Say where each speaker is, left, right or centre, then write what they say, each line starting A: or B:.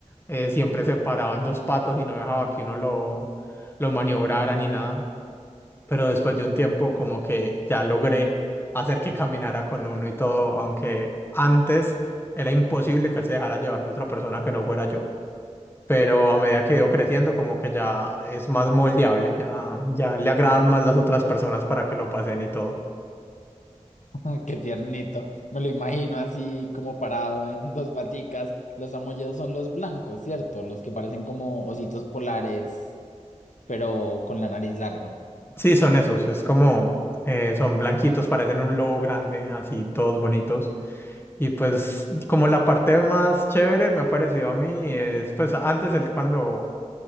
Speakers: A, on the left (about 20°); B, on the left (about 85°).
A: eh, siempre se paraba en dos patas y no dejaba que uno lo, lo maniobrara ni nada, pero después de un tiempo como que ya logré hacer que caminara con uno y todo, aunque antes era imposible que él se dejara llevar de otra persona que no fuera yo pero a medida que he ido creciendo, como que ya es más moldeable, ya, ya le agradan más las otras personas para que lo pasen y todo.
B: Ah, qué tiernito. Me lo imagino así como parado en dos paticas. Los amolledos son los blancos, ¿cierto? Los que parecen como ositos polares, pero con la nariz larga.
A: Sí, son esos, es como, eh, son blanquitos, parecen un lobo grande, así todos bonitos. Y pues como la parte más chévere me ha parecido a mí es, pues antes él cuando,